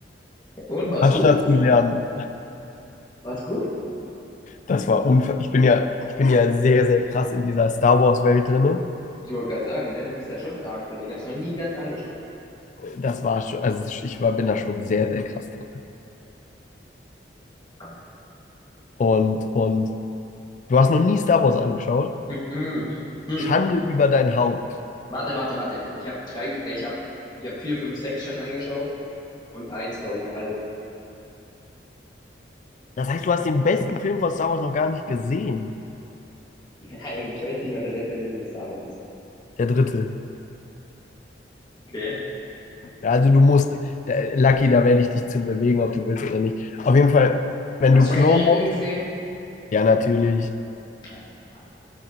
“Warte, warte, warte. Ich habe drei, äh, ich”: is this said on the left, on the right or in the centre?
Left